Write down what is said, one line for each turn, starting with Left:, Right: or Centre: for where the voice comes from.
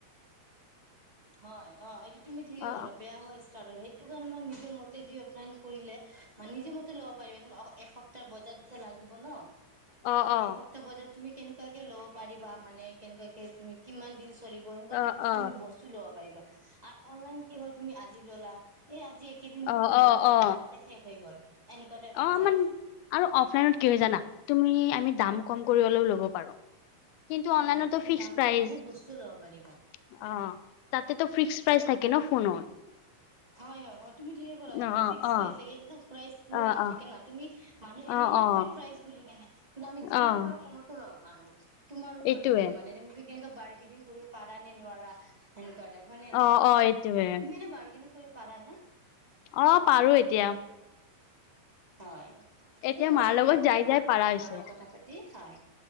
Right: হয় অ' এইটো তুমি ঠিকেই
Left: অ
Right: কলা বেয়া হয় ষ্টাৰ্ট হয় সেইটো কাৰণে মানে নিজে মতে দি অফলাইন কৰিলে নিজৰ মতে লব পাৰিম ন এক সপ্তাহ বজাৰ এতিয়া লাগিব ন।
Left: অ অ
Right: এসপ্তাহ বজাৰ তুমি কেনেকাকে ল'ব পাৰিবা মানে কেনেকুৱাকে তুমি কিমান দিন চলিব এনেকুৱা
Left: অ অ
Right: টাইপ চোন
Left: অ
Right: বস্তু লব পাৰিবা আৰু অনলাইন কি হৈ তুমি আজি ললা এ আজি যি এইকেইদিন
Left: অ
Right: নগলাই
Left: অ অ
Right: আধাতে শেষ হৈ গ'ল। এনেকুৱা টাইপ হৈ
Left: অ'
Right: যায়
Left: আমান আৰু অফলাইনত কি হৈ জানা তুমি আমি দাম কম কৰি হলেও ল'ব পাৰো। কিন্তু অনলাইনটো
Right: হয় হয় তুমি
Left: ফিক্স
Right: দাম
Left: প্ৰাইজ
Right: কৰি বহুত বস্তু ল'ব পাৰিবা।
Left: অ' তাতে তো ফিক্স প্রাইচ থাকে ন ফোনত।
Right: হয়, হয় অ' তুমি ঠিকেই কলা
Left: অ',
Right: তাতে ফিক্স
Left: অ',
Right: প্ৰাইজ থাকে ইয়াতে টো প্ৰাইজবোৰ
Left: অ',
Right: নাথাকে
Left: অ',
Right: ন তুমি মানুহ
Left: অ',
Right: এনেহে
Left: অ',
Right: কৈ প্ৰাইজ বুলি কেনে কিন্তু আমি যিমান
Left: অ',
Right: পাৰো কমতো ল'ব পাৰো। তোমাৰ ওপৰত
Left: এইটোৱে
Right: ডিপেণ্ড মানে তুমি কেনেকা বাৰ্গেনিং কৰিব পাৰা নে নোৱাৰা সেনেকুৱা হয়নে নহয়
Left: অ', অ', এইটোৱে
Right: তুমি এনে বাৰ্গেনিং কৰিব পাৰা নে?
Left: অ' পাৰো এতিয়া।
Right: হয়
Left: এতিয়া
Right: ঠিক আছে
Left: মাৰ লগত
Right: দিয়া বৰ
Left: যাই
Right: ভাল
Left: যাই
Right: লাগিল
Left: পাৰা
Right: তোমাৰ
Left: হৈছে
Right: লগত কথা পাতি। হয়।